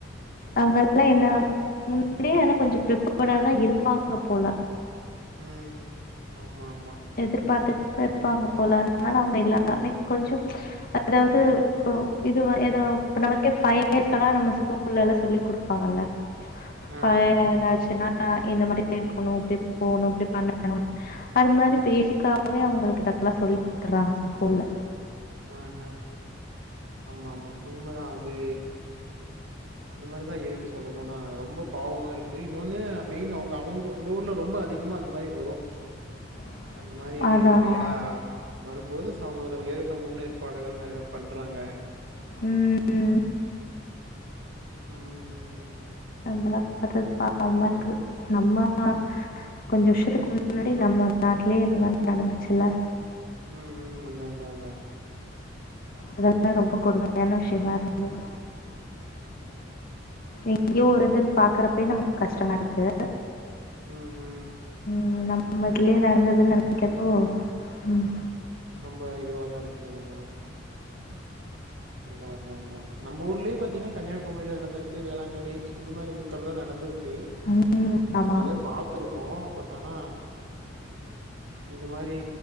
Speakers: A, on the left (about 50°); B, on the right (about 75°).
A: அவுங்கெல்லா என்ன
B: அதா
A: முன் அப்டியே ஆனா கொஞ்சோ ப்ரிப்பேடாதா இருப்பாங்க போல
B: ம் ஹும் ஆமா ஆமா
A: எதிர்பார்த்து இது இப்ப அங்க போலானு அதனால அவுங்க எல்லாமே கொஞ்சோ அதாவது இப்போ இது எதோ னோ நமக்கே ஃபயர்க்கெல்லா நம்ம ஸ்கூல்ல எல்லா சொல்லி குடுப்பாங்கல்ல
B: ஆ
A: ஃபயர் எதாச்சுனா ஆ இந்த மாரி இருக்கணு அப்டி போணு இப்டி பண்ணணு அது மாரி பேசிக்காவே அவுங்களுக்கு இதெல்லா சொல்லி் குடுத்தறாங்க ஸ்கூல்ல
B: ஹு ஹு ஆமாமா உண்மதா அது அந்த மாரிதா இருக்கு சொல்ல போனா ரொம்ப பாவமா இருக்கு இன்னொன்னு மெயின் அவுங்க அவுங் அந்த ஊர்ல ரொ ம்ப அதிகமா அந்த மாரி வரு
A: <inaudible>
B: அந்த மாரி
A: அதான்
B: நெறயா வரும்போது சோ அவுங்களுக்கு ஏ த்து முன்னேற்பாடுகள் நெறயா பண்றாங்க
A: ம்
B: ம் ம்
A: அதெல்லா பாத்தா பாவமா இருக்கு நம்ம கொஞ்சோ வருஷத்துக்கு முன்னாடி நம்ம நாட்லயே இந்த மாரி நடந்துச்சுல்ல
B: ம் ம் அந்தந்த அந்தா
A: அதெல்லா ரொம்ப கொடுமையான விஷ்யமா இருந்தது
B: ம் ம்
A: எங்கயோ ஒரு இதுன் பாக்கறப்பயே நமக்கு கஷ்டமா இருக்கு
B: ம், ம்.
A: ம் நம் மதுலயே நடந்ததுனு நெனக்கறப்போ ம்
B: ரொம்ப இதுவாதா இருக்கு சொல்ல போனா அதா அதா அதா நம்ம ஊர்லயே பாத்தீனா கன்னியாகுமரில நடந்திருக்கு வேளாங்கண்ணி சோ இந்த மாரி ஊக்கள்லா நடந்திரு க்கு
A: ம். ஆமா.
B: நம்ம நெறயா பாத்திருக்கோ பட் ஆனா இந்த மாரி